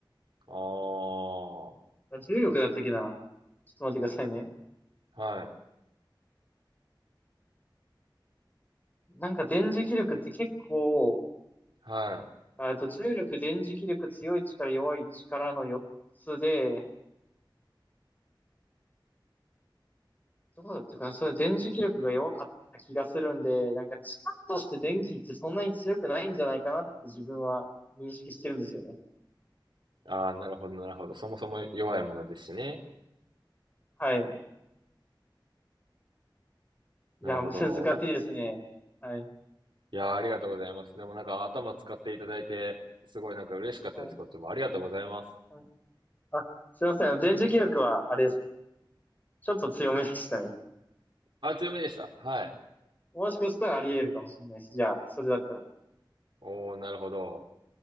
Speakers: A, on the right (about 75°); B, on the left (about 20°).
A: あー、
B: あ重力だったっけなちょっと待ってくださいね。
A: はい、
B: なんか電磁気力って結構、
A: はい。
B: ああと重力、電磁気力、強い力、弱い力の4つで、どうだったかなそれ電磁気力が弱かった気がするんで、なんか力として電気ってそんなに強くないんじゃないかなって自分は認識してるんですよね。
A: あー、なるほど、なるほど。そもそも弱いものですしね。
B: はい。
A: なるほど。
B: いや、難しいですね。はい。
A: いやー、ありがとうございます。でもなんか頭使っていただいて、すごいなんか嬉しかったです。
B: はい。
A: こっちも。ありがとうございます。
B: はいあ、すいません。電磁気力はあれです。ちょっと強めでしたね。
A: あ、強めでした。はい。
B: もしかしたらあり得るかもしれないし、じゃあ、それだったら。
A: おー、なるほど。